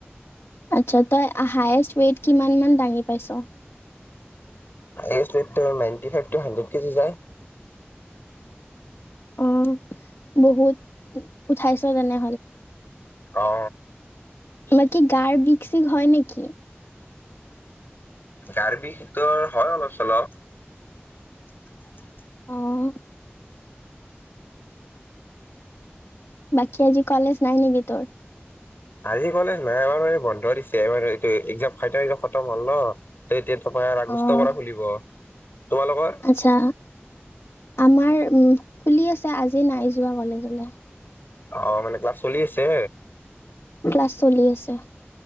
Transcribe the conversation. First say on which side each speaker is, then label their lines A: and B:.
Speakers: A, on the left; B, on the left.
A: আচ্ছা, তই হায়েষ্ট ৱেইট কিমানমান দাঙি পাইছ?
B: এজটো এতিয়াও নাইনটি ফাইভটো হানদ্ৰেত কেজি যায়।
A: অ' বহুত উ উঠাইছ তেনে
B: অ
A: তোম, কি গাৰ বিক চিক হয় নেকি?
B: গাৰ বিষটো হয় অলপ চলপ। <inaudible>
A: আহ। বাকী আজি কলেজ নাই নেকি তোৰ?
B: আজি কলেজ নাই আমাৰ বন্ধ দিছোৰ একজাম খাই খতম হল ন, ত এতিয়া তপাৰ আগষ্টৰ
A: অ',
B: পৰা খুলিব। তোমালোকৰ
A: আচ্ছা, আমাৰ খুলি আছে, আজি নাই যোৱা কলেজলৈ।
B: অ' মানে ক্লাছ চলি আছে?
A: ক্লাছ চলি আছে।